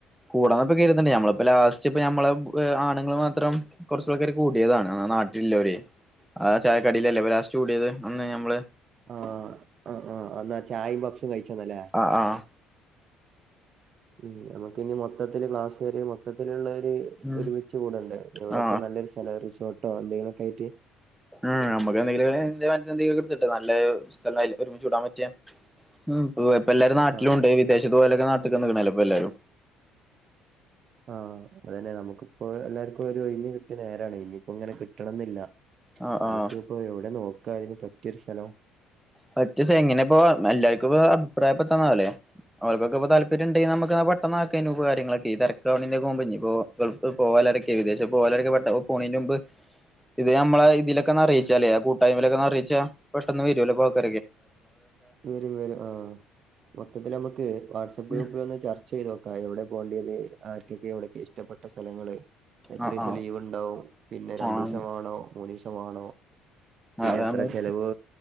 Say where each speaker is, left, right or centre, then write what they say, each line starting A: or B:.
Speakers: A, in the centre; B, on the right (about 45°).
A: കൂടാന്ന പ്പ കര്ത്ണ്ട് ഞമ്മളിപ്പോ ലാസ്റ്റ് പ്പ നമ്മളെ ആണ്ങ്ങൾ മാത്രം. കൊറച്ചാൾക്കാര് കൂട്ടിയതാണ് അന്നാ നാട്ടിലില്ലോരെ, ആ ചായ കടിലല്ലേ ലാസ്റ്റ് കൂടിയത് അന്ന് നമ്മള്
B: ആ ആ ആഹ്. അന്നാ ചായയും പഫ്സും കഴിച്ചന്ന്ല്ലേ?
A: അഹ് ആഹ്
B: ഉും നമുക്കിനി മൊത്തത്തില് ക്ലാസ് വരെ മൊത്തത്തിലുള്ളരു
A: ഉം
B: ഒരുമിച്ച് കൂടണ്ടേ? എവിടെ
A: ആ
B: ഇപ്പോ നല്ലൊരു- വല്ല റിസോട്ടോ എന്തെിലുമൊക്കായിട്ട്
A: ആഹ നമുക്ക്ന്തെങ്കിലും ഇതേമാതിരിത്തെന്തേലുക്കെടുത്തിട്ട്. നല്ല സ്ഥലായീട് ഒരുമിച്ച് കൂടാൻ പറ്റിയെ ഹ്മ്മ് ഇപ്പ ഇപ്പൊ എല്ലാരും നാട്ടിലുണ്ട്,
B: ആ
A: വിദേശത്ത് പോയൊലൊക്കെ നാട്ടിക്ക് വന്ന്ക്ണല്ലോ ഇപ്പോ എല്ലാരും
B: ആഹ് അത്രന്നെ, നമുക്കിപ്പോ എല്ലാർക്കും ഒരു ഒയിഞ്ഞ് കിട്ടിയ നേരാണ്. ഇനിപ്പോ ഇങ്ങനെ കിട്ടണംന്നില്ല.
A: ആ
B: നമുക്ക്
A: ആ
B: ഇപ്പോ എവ്ടെ നോക്കാ അതിന് പറ്റിയൊരു സ്ഥലം
A: കോർചിസം എങ്ങനെപ്പോ എല്ലാർക്കും പ്പൊ അഭിപ്രായ പെട്ടന്നാവുല്ലേ? ഓല്ക്കൊക്കെ പ്പൊ താല്പര്യംണ്ടെനമുക്ന്ന പെട്ടന്നാക്കേനു കാര്യങ്ങളക്കെ ഈ തെരക്കാവുണേന്റൊക്കെ മുമ്പ് ഇനിപ്പോ ഗൾഫ് <unintelligible> ഏകദേശം <unintelligible> പോണേന്റെ മുമ്പ് ഇത് നമ്മളെ ഇതിലൊക്കൊന്നറിയിച്ചാലെ ആ കൂട്ടായ്മയിലൊക്കൊന്നറിയിച്ചാ പെട്ടൊന്ന് വരല്ലോ പാ <unintelligible>
B: വരും വരും ആഹ്, മൊത്തത്തിലമ്മക്കെ വാട്സആപ്പ് ഗ്രൂപ്പിലൊന്ന്
A: ഉം
B: ചർച്ച ചെയ്യണം. ആഹ്, എവിടെ പോണ്ടിയെത് ആർക്കൊക്കെ എവിടെക്കെ ഇഷ്ട്ടപ്പെട്ട സ്ഥലങ്ങള്. എത്രീസം
A: ആഹ് ആഹ്
B: ലീവ് ഉണ്ടാവും, പിന്നെ രണ്ടീസം
A: ആഹ്
B: വാണോ, മൂന്നീസം വാണോ?
A: അതാ
B: എത്ര
A: നമ്മള്
B: ചെലവ്